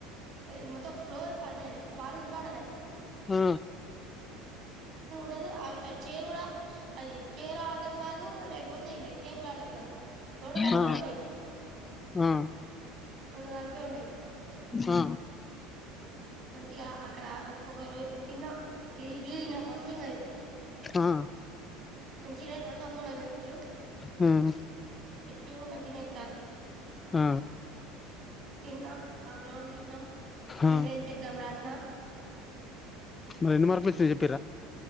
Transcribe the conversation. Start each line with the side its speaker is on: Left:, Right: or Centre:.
Right: ఏ మొత్తం ఫ్లోర్ అంటే పాలిష్ బార్డర్లే
Left: ఆ
Right: టది అర్ ఆ చైర్ కూడా అది చైరో అర్దం కాదు లేకపోతే ఇది టేబుల్ అర్దం కాదు రొండు కలిపే
Left: ఆ
Right: ఉంటయి
Left: ఆ
Right: రొండు కలిపే ఉంటయి
Left: ఆ
Right: మంచిగా అక్కడ ఒక్ ఒక రోజు తిన్నా ఈ ఇడ్లీ తిన్నా మస్తున్నది
Left: ఆ ఆ
Right: మంచినే రొండో మూడో పెట్టిన్లు
Left: హ్మ్
Right: చట్నీ కూడా మంచినే ఏత్తాన్లు
Left: ఆ
Right: తిన్నా ఆ గ్రౌండ్ చూసినం
Left: ఆ
Right: ఎంట్రన్స్ ఎగ్జామ్ రాసిన
Left: మరి ఎన్ని మార్కులు అచ్చినయి చెప్పే